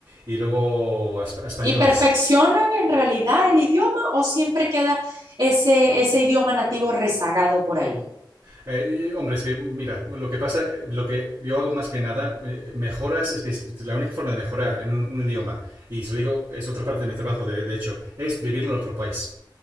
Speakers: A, on the right; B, on the right.
A: y luego a, a españoles.
B: ¿Y perfeccionan en realidad el idioma o siempre queda ese, ese idioma nativo rezagado por ahí?
A: Eh, hombre, es que mira, lo que pasa, eh, lo que yo hago más que nada, eh, mejoras, es que la única forma de mejorar en un, un idioma, y se lo digo, es otra parte de mi trabajo, de, de hecho, es vivir en otro país.